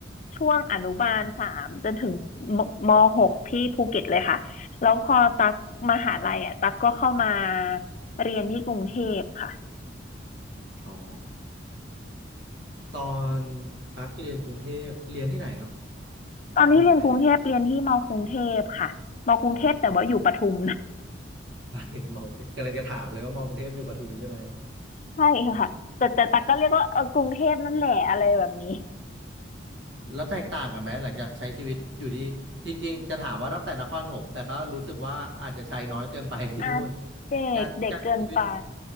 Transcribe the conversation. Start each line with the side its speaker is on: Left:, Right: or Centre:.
Left: ช่วงอนุบาลสามจนถึงมมหกที่ภูเก็ตเลยค่ะแล้วพอตักมหาลัยอ่ะตักก็เข้ามาเรียนที่กรุงเทพค่ะ
Right: อ๋อตอนตักเรียนกรุงเทพเรียนที่ไหนครับ
Left: ตอนที่เรียนกรุงเทพเรียนที่มกรุงเทพค่ะมกรุงเทพแต่ว่าอยู่ปทุม
Right: มหาลัยไหนอ๋อ
Left: <laughs> นะ
Right: <laughs> มองกรุงเทพกำลังจะถามเลยว่ามองกรุงเทพอยู่ปทุมใช่ไหม
Left: ใช่ค่ะแต่แต่ตักก็เรียกว่าเออกรุงเทพนั่นแหละอะไรแบบนี้
Right: แล้วแตกต่างกันไหมหลังจากใช้ชีวิตอยู่ที่จริงๆจะถามว่าตั้งแต่นครปฐมแต่ก็รู้สึกว่าอาจจะใช้น้อยเกินไปที่นู่น
Left: อาเด็กเด็กเกินไป
Right: งานการใช้ชีวิต